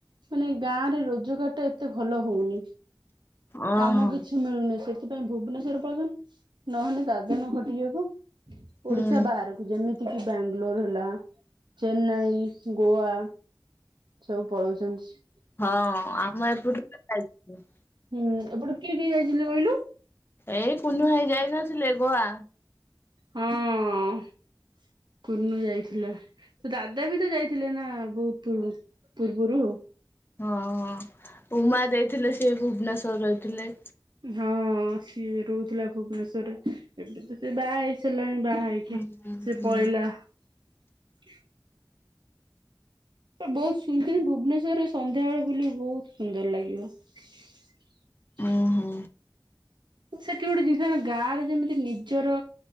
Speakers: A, on the right (about 80°); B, on the left (about 30°).
A: ମାନେ ଗାଁରେ ରୋଜଗାର ଟା ଏତେ ଭଲ ହଉନି।
B: ଓହୋ
A: କାମ କିଛି ମିଳୁନି ସେ ଥିପାଇଁ ଭୁବନେଶ୍ଵର ପର୍ଯ୍ୟନ୍ତ ନହେଲେ ଦାଦନ ଖଟିବାକୁ
B: ହୁଁ
A: ଓଡିଶା ବାହାରକୁ ଯେମିତିକି ବାଙ୍ଗଲୋର ହେଲା ଚେନ୍ନାଇ, ଗୋଆ ସବୁ ପଳଉଚନ୍ତି।
B: ହଁ ଆମ ଏପଟୁ ତଯାଇଥିଲେ।
A: ହୁଁ ଏପଟୁ କିଏ କିଏ ଯାଇଥିଲେ କହିଲୁ?
B: ଏଇ କୁନୁ ଭାଇ ଯାଇନଥିଲେ ଗୋଆ।
A: ହଁ <inaudible> କୁନୁ ଯାଇଥିଲା। ତ ଦାଦା ବି ତ ଯାଇଥିଲେ ନା ବହୁତ ପୂର୍ବରୁ
B: ହଁ ହଁ। ଉମା ଯାଇଥିଲେ ସିଏ ଭୁବନେଶ୍ଵରରେ ରହିଥିଲେ।
A: ହଁ ସିଏ ରହୁଥିଲା ଭୁବନେଶ୍ଵରରେ ଏବେ ତ ସେ ବାହା ହେଇସାରିଲାଣି। ବାହାହେଇକି
B: ହୁଁ
A: ସେ
B: ହୁଁ।
A: ପଳେଇଲା। <inaudible> ବହୁତ ସୁନ୍ଦର ଭୁବନେଶ୍ଵରରେ ସନ୍ଧ୍ୟାବେଳେ ବୁଲିବୁ ବହୁତ ସୁନ୍ଦର ଲାଗେ। ଉଁ <inaudible>
B: ଓହୋ
A: ସେଠି ଗୋଟେ ଜିନିଷ ହେଲା ଗାଁରେ ଯେମିତି ନିଜର